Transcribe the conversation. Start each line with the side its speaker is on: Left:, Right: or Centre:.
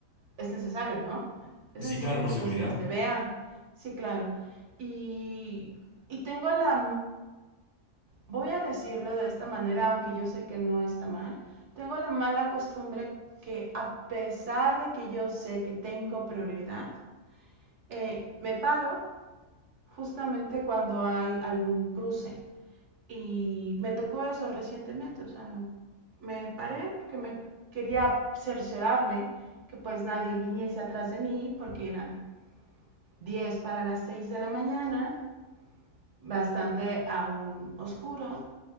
Right: es necesario, ¿no? Es
Left: Sí,
Right: necesario
Left: claro, por
Right: que
Left: seguridad.
Right: los demás te vean. Sí, claro. Y, y tengo la, voy a decirlo de esta manera, aunque yo sé que no está mal, tengo la mala costumbre que a pesar de que yo sé que tengo prioridad, eh, me paro justamente cuando hay algún cruce. Y me tocó eso recientemente, o sea, me paré porque me quería cerciorarme que pues nadie viniese atrás de mí porque eran 10 para las 6 de la mañana, bastante aún oscuro.